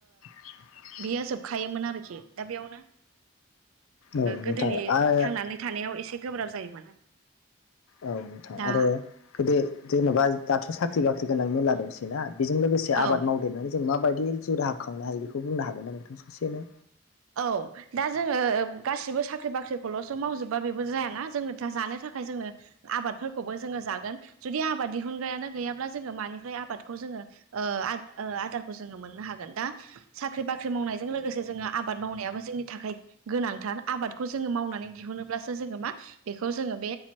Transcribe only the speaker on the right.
बियो जोबखायोमोन आरोखि दा बेयावनो
गोदोनि
थांनानै थानायाव एसे गोब्राब जायोमोन
दा
औ
औ दा जोङो गासिबो साख्रि बाख्रिखौल'सो मावजोबा जाया ना जोंनो जानो थाखाय जोंनो आबादफोरखौबो जोङो जागोन जुदि आबाद दिहुन ग्रायानो गैयाब्ला मानिफ्राय आबाद खौ जोङो ओ आदारखौ जोङो मोननो हागोन दा साख्रि बाख्रि मावनायजों लोगोसे जोंहा आबाद मावनायाबो जोंनि थाखाय गोनांथार आबादखौ जोङो मावनानै दिहुनोब्लासो जोङो मा बेखौ जोङो बे